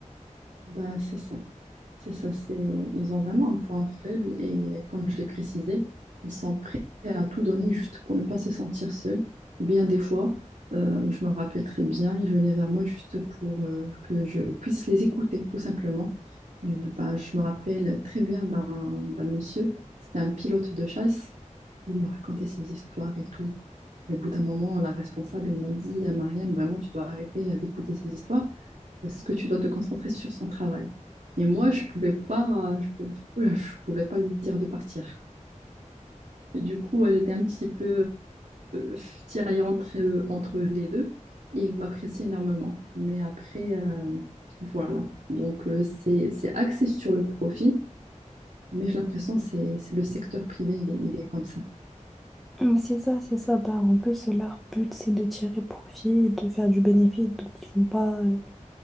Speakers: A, on the right; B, in the centre.
A: Ben, c'est ça. C'est ça, c'est, ils ont vraiment un point faible et euh, comme je l'ai précisé, ils sont prêts à tout donner juste pour ne pas se sentir seuls. Ou bien des fois, euh, je me rappelle très bien, ils venaient vers moi juste pour euh, que je puisse les écouter, tout simplement. Il- bah, je me rappelle très bien d'un d'un monsieur, c'était un pilote de chasse, il me racontait ses histoires et tout. Et au bout d'un moment, la responsable, elle m'a dit à Mariam, vraiment, tu dois arrêter euh, d'écouter ces histoires parce que tu dois te concentrer sur son travail. Et moi, je pouvais pas, je pou- je pouvais pas lui dire de partir. Et du coup, euh, j'étais un petit peu euh, tiraillée entre, euh, entre les deux et il m'appréciait énormément. Mais après, euh, voilà. Donc, euh, c'est, c'est axé sur le profit, mais j'ai l'impression que c'est, c'est le secteur privé, il est, il est comme ça.
B: Mais C'est ça, c'est ça. Bah, en plus, leur but, c'est de tirer profit et de faire du bénéfice. Donc, ils vont pas, euh,